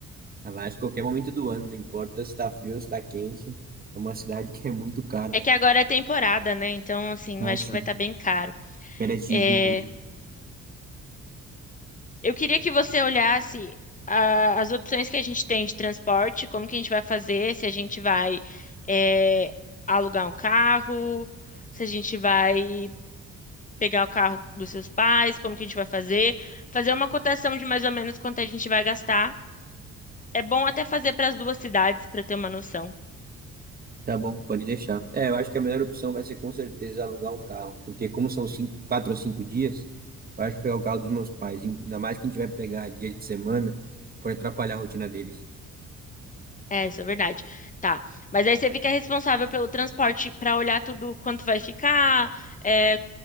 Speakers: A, on the right; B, on the left.
A: Ela acha que qualquer momento do ano, não importa se tá frio ou se tá quente, é uma cidade <laughs> que é muito cara.
B: É que agora é temporada, né? Então, assim,
A: Ah,
B: eu acho
A: sim.
B: que vai estar bem caro.
A: Pérez de
B: É,
A: Jundiaí.
B: Eu queria que você olhasse a- as opções que a gente tem de transporte, como que a gente vai fazer, se a gente vai é, alugar um carro, se a gente vai pegar o carro dos seus pais, como que a gente vai fazer, fazer uma cotação de mais ou menos quanto a gente vai gastar. É bom até fazer para as duas cidades para ter uma noção.
A: Tá bom, pode deixar. É, eu acho que a melhor opção vai ser com certeza alugar um carro, porque como são cinco, quatro ou cinco dias, eu acho que pegar o carro dos meus pais, ainda mais que a gente vai pegar dia de semana, pode atrapalhar a rotina deles.
B: É, isso é verdade. Tá. Mas aí você fica responsável pelo transporte para olhar tudo quanto vai ficar, é,